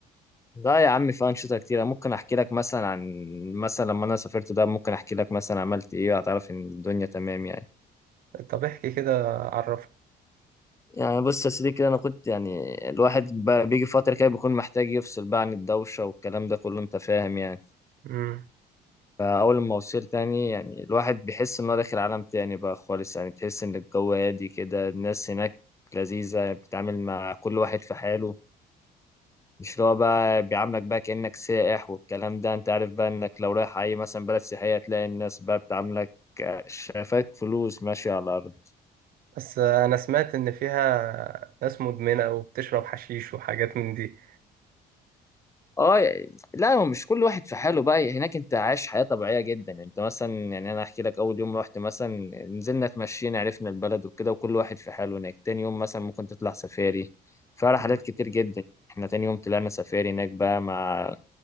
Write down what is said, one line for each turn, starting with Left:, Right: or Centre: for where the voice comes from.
Left: لا يا عم في أنشطة كتيرة ممكن أحكي لك مثلا عن مثلا لما أنا سافرت ده ممكن أحكي لك مثلا عملت إيه هتعرف إن الدنيا تمام يعني
Right: طب احكي كده عرفني
Left: يعني بص يا سيدي كده أنا كنت يعني الواحد بقى بيجي فترة كده بيكون محتاج يفصل بقى عن الدوشة والكلام ده كله أنت فاهم يعني
Right: امم
Left: فأول ما وصلت تاني يعني الواحد بيحس إن هو داخل عالم تاني بقى خالص يعني بتحس إن الجو هادي كده الناس هناك لذيذة بتتعامل مع كل واحد في حاله مش اللي هو بقى بيعاملك بقى كأنك سائح والكلام ده أنت عارف بقى إنك لو رايح أي مثلا بلد سياحية تلاقي الناس بقى بتعاملك آه، شايفاك فلوس ماشية على الأرض
Right: بس آه، انا سمعت ان فيها ناس مدمنة وبتشرب حشيش وحاجات من دي
Left: اه يعني لا هو مش كل واحد في حاله بقى يعني هناك انت عايش حياة طبيعية جدا انت مثلا يعني انا احكي لك اول يوم رحت مثلا نزلنا اتمشينا عرفنا البلد وكده وكل واحد في حاله هناك تاني يوم مثلا ممكن تطلع سفاري فعلا
Right: مم.
Left: حاجات كتير جدا احنا تاني يوم طلعنا سفاري هناك بقى مع